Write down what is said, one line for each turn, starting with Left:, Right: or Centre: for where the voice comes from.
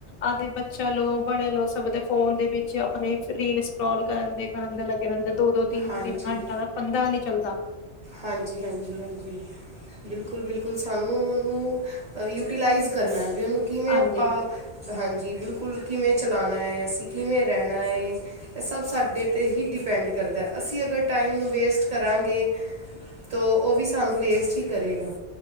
Left: ਆਦਿ ਬੱਚਾ ਲੋ ਬੜੇ ਲ ਸਭ ਦੇ ਫੋਨ ਦੇ ਵਿੱਚ ਆਪਣੇ ਰੀਲ ਸਕ੍ਰੋਲ ਕਰਨ ਦੇ ਕਰਨ ਦੇ ਲੱਗੇ ਰਹਿੰਦੇ ਦੋ ਦੋ ਤਿੰਨ
Right: ਹਾਂਜੀ
Left: ਦਿਨ ਘੰਟਾ ਦਾ ਪੰਦਾ ਨਹੀਂੀ ਚੱਲਦਾ
Right: ਹਾਂਜੀ ਹਾਂਜੀ ਹਾਂਜੀ,,, ਬਿਲਕੁਲ ਬਿਲਕੁਲ ਸਾਨੂੰ ਉਹਨੂੰ ਯੂਟੀਲਾਈਜ਼ ਕਰਨਾ, ਵੀ ਉਹਨੂੰ ਕਿਵੇਂ
Left: ਹਾਂਜੀ
Right: ਆਪਾਂ,, ਹਾਂਜੀ ਬਿਲਕੁਲ ਕੁਲ ਕਿਵੇਂ ਚਲਾਉਣਾ ਹੈ ਅਸੀਂ ਕਿਵੇਂ ਰਹਿਣਾ ਹੈ ਇਹ ਸਭ ਸਾਡੇ 'ਤੇ ਹੀ ਡਿਪੈਂਡ ਕਰਦਾ ਅਸੀਂ ਅਗਰ ਟਾਈਮ ਨੂੰ ਵੇਸਟ ਕਰਾਂਗੇ,, ਤ ਉਹ ਵੀ ਸਾਨੂੰ ਵੇਸਟ ਹੀ ਕਰੇਗਾ,,